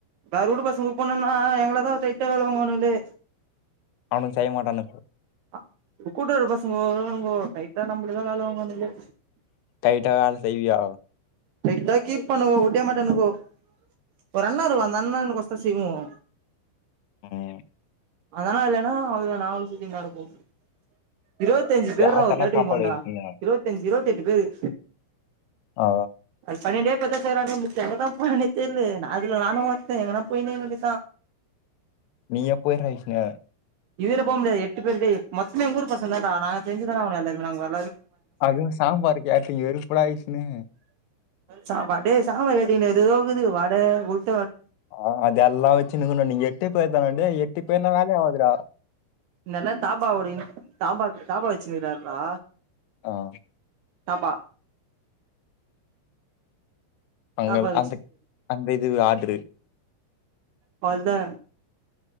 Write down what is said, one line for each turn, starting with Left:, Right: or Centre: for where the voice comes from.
Right: வேற ஊர் பசங்க கூட போனன்னா எங்கள தான் ஸ்ட்ரைட்டா வேல வாங்குவானுங்களே
Left: அவனுங்க செய்ய மாட்டனுங்க
Right: ஆ கூட இருக்க <unintelligible> பஸ் தைட்டா நம்மளதான் வேல வாங்வகுவனுங்க
Left: டைட்டா வேல செய்வியா
Right: தைட்டா கீ பண்ணுவோம் ஓடய மாட்டானுங்கோ ஒரு அண்ணா வருவா அந்த அண்ணனுக்கோசரம் செய்வோம்
Left: ம்
Right: அதானா இல்லன்னா அதுல நாங்களும் சுத்தினு கடப்போம் இருவத்திஞ்சு பேருடா
Left: யார்ட்டனா
Right: அவ கேட்டறீங்க்
Left: சாப்பாடு
Right: பன்றா
Left: வைப்பீங்க
Right: இருவத்தஞ்சு இருவத்தி அஞ்சு ஏய்
Left: ஆ
Right: பழய டேட்லதா சேராத வுட்டே இப்ப தா <unintelligible> தெரில அதுல நானும் ஒரு எங்கனா <unintelligible> வந்துச்சா
Left: நீீ எப்போ எந்திரிச்ச
Right: இதுல போக முடியாது எட்டு பேருதா மொத்தமே ஊர் பசங்கதான் டா நாங்க தெரிஞ்சுதான அவுங்கெல்லாருமே
Left: அதுவு சாம்பார் கேட்டரிங் வெறுப்புல்லா ஆயிச்சுன்னு
Right: சாப்பாடே சாம்பார் கேட்டீங்கன்ன எதோகுது வாட உளுந்
Left: ஆஹ் அதல்லா வச்சுனுக்குனு நீங்க இப்ப எத்தாகன டேய் எட்டு பேருனா வேலை ஆகாதுடா
Right: என்னன்னா தாபாவோட தாபாக்கு தாபா வச்சு நிக்குறாருனா
Left: ஆஹ்
Right: தாபா
Left: அங்க
Right: தாபா
Left: அந்த அந்த இது ஆட்டரு
Right: பல்ல